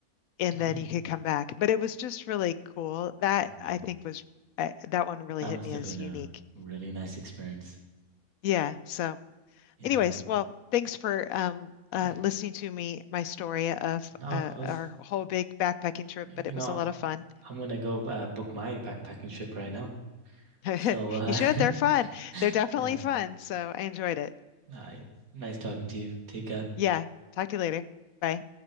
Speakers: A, on the left; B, on the right.
A: And
B: Oh,
A: then you could come back. But it was just really cool. That
B: yeah.
A: I think was uh, that one really
B: That
A: hit
B: must
A: me
B: have
A: as
B: been
A: unique.
B: a really nice experience.
A: Yeah. So
B: You
A: anyways,
B: know
A: well, thanks for um uh
B: what?
A: listening
B: <clears throat>
A: to me my story of
B: No, of
A: uh,
B: course.
A: our whole big backpacking trip,
B: You
A: but it
B: know,
A: was a lot of fun.
B: I'm gonna go uh, book my backpacking trip right now.
A: <laughs>
B: So, uh,
A: You should. They're fun. They're
B: <laughs>
A: definitely
B: yeah.
A: fun. So I enjoyed it.
B: All right. Nice talking to you. Take care.
A: Yeah. Talk to you later. Bye.